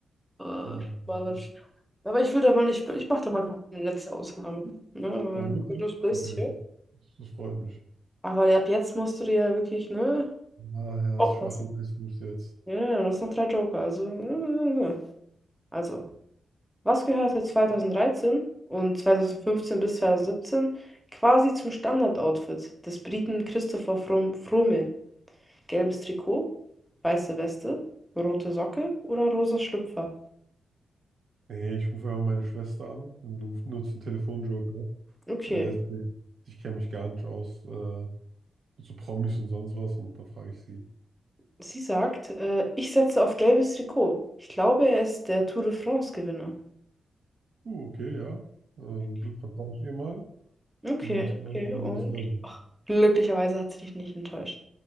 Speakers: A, in the centre; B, on the right.
A: Äh,
B: Äh,
A: malerisch.
B: ist,
A: Aber ich will da mal nicht, ich mache da mal noch eine letzte Ausnahme. Ne?
B: oh, wirklich?
A: Weil du das bist
B: Okay,
A: hier.
B: okay. Das, das freut mich.
A: Aber ab jetzt musst du dir ja wirklich, ne?
B: Ah ja,
A: Aufpassen.
B: das schwache Leistung bis jetzt.
A: Ja, ja, du hast noch drei Joker. Also, äh, also, was gehörte 2013 und 2015 bis 2017 quasi zum Standardoutfit des Briten Christopher Froome? Gelbes Trikot, weiße Weste, rote Socke oder rosa Schlüpfer?
B: Nee, ich rufe einfach meine Schwester an und nutze einen Telefonjoker.
A: Okay,
B: Weil das, ich kenne mich gar nicht aus äh, mit so Promis und sonst was und da frage ich sie,
A: sie sagt, äh, ich setze auf gelbes Trikot. Ich glaube, er ist der Tour de France-Gewinner.
B: uh, okay, ja, ähm, Glück vertraue ich ihr mal
A: Okay,
B: und ähm,
A: okay, und
B: ist neu.
A: ach, glücklicherweise hat sie dich nicht enttäuscht.